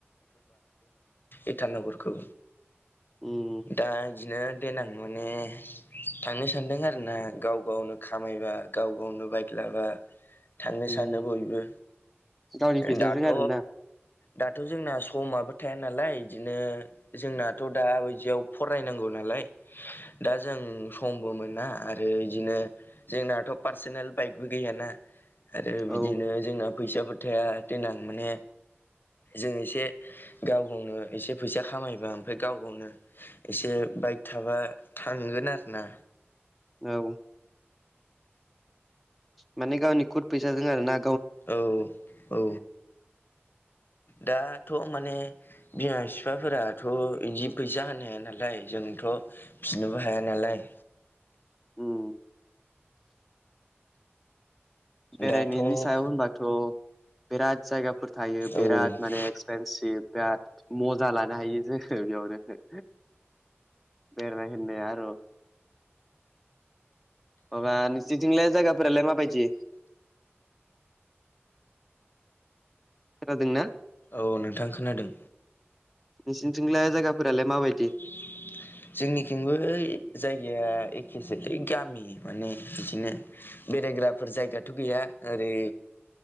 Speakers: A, on the left (about 50°); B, in the centre.
A: इटानानगरखौ
B: उम
A: दा बिदिनो देनां माने थांनो सानदों आरो ना गाव गावनो खामायबा गाव गावनो बाइक लाबा थांनो
B: उम
A: सानो बयबो
B: गावनि फैसाजों
A: दाथ'
B: आरोना
A: दाथ' जोंना समाबो थाया नालाय बिदिनो जोंनाथ' दााबायदियाव फरायनांगौ नालाय दा जों समबो मोना आरो बिदिनो जोंनाथ' पार्सनेल बाइकबो गैयाना आरो बिदिनो
B: औ
A: जोंना फैसाफोर थाया देनां माने जों एसे गाव गावनो एसे फैसा खामायबा ओमफ्राय गाव गावनो एसे बाइक थाबा थांगोन आरो ना
B: औ। माने गावनि खुद फैसाजों आरो ना
A: औ औ दाथ' माने बिमा बिफाफोराथ' बिदि फैसा होनो हाया नालाय जोंथ' फिनोबो हाया नालाय
B: ओम बेरायनायनि
A: दाथ' औ
B: सायाव होनबाथ' बिराद जायगा फोर थायो बेराद
A: औ
B: माने एक्सपेनभ बिराद मजा लानो नो हायो जोङो बेयावनो बेरायनाय होननाया आरो अब्ला निसिनिथिंलाय जायगाफोरा लाय माबादि खोनादोंना?
A: औ नोंथां खोनादों।
B: नोंसोरनिथिंलाय जायगाफोरालाय माबायदि?
A: <unintelligible> जोंनिथिंबो जायगाया एखेसोलै गामि माने बिदिनो। बेरायग्राफोर जायगाथ' गैया ओरै